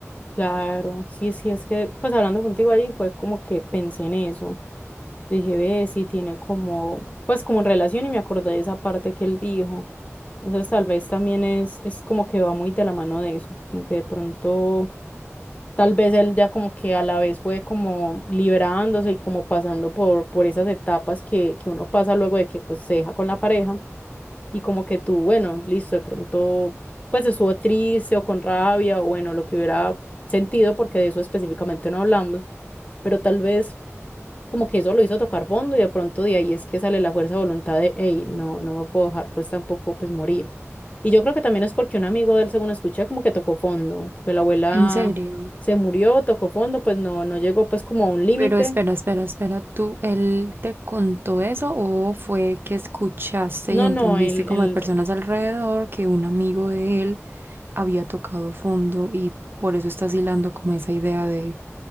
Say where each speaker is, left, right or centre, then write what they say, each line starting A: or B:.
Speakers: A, on the left (about 30°); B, on the right (about 45°).
A: Claro, sí, sí, es que, pues hablando contigo ahí fue como que pensé en eso. Dije, ve, sí tiene como, pues como relación y me acordé de esa parte que él dijo. Entonces tal vez también es, es como que va muy de la mano de eso, como que de pronto, tal vez él ya como que a la vez fue como liberándose y como pasando por, por esas etapas que, que uno pasa luego de que pues se deja con la pareja y como que tú, bueno, listo, de pronto, pues estuvo triste o con rabia o bueno, lo que hubiera sentido, porque de eso específicamente no hablamos, pero tal vez como que eso lo hizo tocar fondo y de pronto de ahí es que sale la fuerza de voluntad de, hey, no, no me puedo dejar pues tampoco pues morir. Y yo creo que también es porque un amigo de él, según escuché, como que tocó fondo, que la abuela
B: ¿En serio?
A: se murió, tocó fondo, pues no, no llegó pues como a un límite.
B: Pero espera, espera, espera, ¿tú, él te contó eso o fue que escuchaste
A: No,
B: y entendiste
A: no, él,
B: como de personas alrededor que un amigo de él había tocado fondo y por eso estás hilando como esa idea de